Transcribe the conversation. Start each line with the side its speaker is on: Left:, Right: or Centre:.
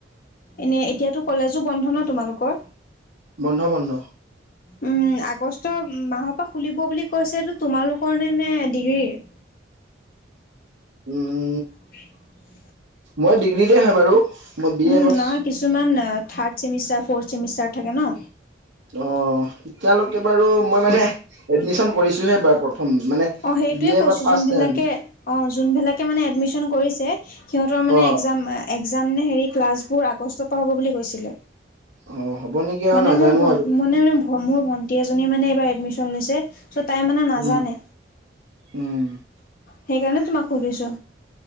Left: এনে এতিয়াতো কলেজো বন্ধ ন তোমালোকৰ।
Right: বন্ধ বন্ধ।
Left: উম আগষ্টৰ মাহৰ পৰা খুলিব বুলি কৈছে এইটো তোমালোকৰ নে নে ডিগ্ৰীৰ। <inaudible>
Right: উম!
Left: <inaudible>
Right: মই ডিগ্ৰীতে হে বাৰু। মই বি
Left: উম
Right: এ এইবাৰ
Left: নহয় কিছুমান থাৰ্ড চেমষ্টাৰ, ফৰ্ চেমিষ্টাৰ থাকে ন।
Right: অ এতিয়ালৈকে বাৰু মই মানে এডমিচন কৰিছো হে এইবাৰ প্ৰথম মানে
Left: অঁ সেইটোৱে
Right: বি এ এইবাৰ
Left: কৈছোঁ
Right: ফাৰ্ষ্ট
Left: যোনবিলাকে
Right: চেম
Left: অঁ যোনবিলাকে মানে এডমিশন কৰিছে। সিহঁতৰ মানে
Right: অ
Left: এক্সাম এক্সাম নে হেৰি ক্লাছবোৰ আগষ্টৰ পৰা হ'ব বুলি কৈছিলে।
Right: অ হ'ব নেকি আৰু
Left: মানে
Right: নাজানো
Left: মোৰ বন
Right: আৰু
Left: মনে মানে মোৰ ভন্টি এজনীয়ে মানে এইবাৰ এডমিশন লৈছে চ' তাই মানে নাজানে।
Right: উম উম
Left: সেইকাৰণে তোমাক সুধিছো,